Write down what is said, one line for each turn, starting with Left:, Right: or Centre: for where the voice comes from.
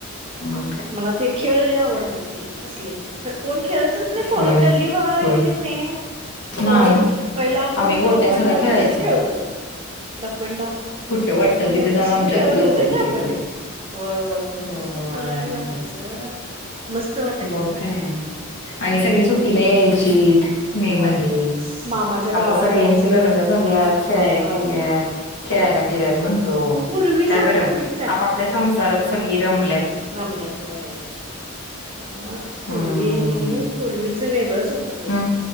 Left: म
Right: मला ते खेळले आवडतात ते तसले ख कोण खेळतच नाही
Left: होय
Right: परत गल्ली बघायला
Left: होय.
Right: गेलीत नाही पोरण
Left: नाही
Right: पहिला आपण
Left: आम्ही गोट्या
Right: लंपडाव
Left: सुद्धा खेळायचो.
Right: कस खेळत होतो लपंडा
Left: कुठं वाटल
Right: लपंडाव
Left: तिथे जाऊन
Right: कसल
Left: आमच्यात
Right: खेळत
Left: लपवत
Right: होतं
Left: होतीत
Right: नाय आपण
Left: बाई.
Right: होय होय होय
Left: होय.
Right: कसल छान वाटायचं मस्त वाटायचं
Left: मग काय आणि
Right: हम्म
Left: सगळी सुट्टीला यायची मे मध्ये
Right: होय मामाच्या
Left: आता
Right: गावाला
Left: सगळ्यांचे
Right: जायचं
Left: लग्न झाल्यात खेळाय
Right: होय
Left: गेल्यात खेळायला
Right: हम्म
Left: गेल्यात म्हणतो
Right: पूर्वी
Left: काय
Right: सारखं
Left: बरं
Right: नाहीच
Left: आपापल्या संसारात सगळी रमल्यात
Right: रमलात वय बा पूर्वी
Left: हम्म
Right: नाही पूर्वीच वेगळंच होतं ते
Left: हम्म